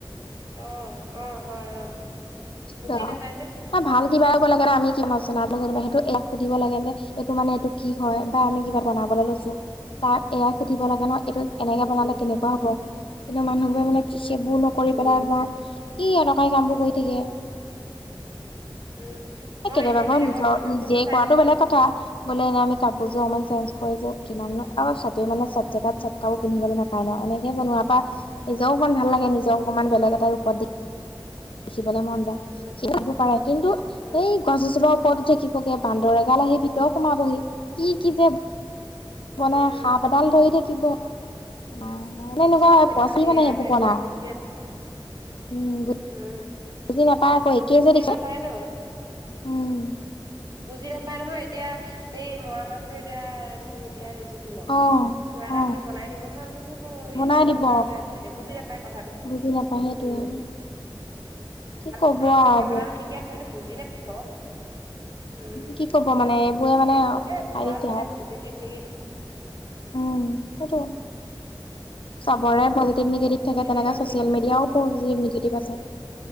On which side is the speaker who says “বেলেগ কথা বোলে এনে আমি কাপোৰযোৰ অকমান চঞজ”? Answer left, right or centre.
Left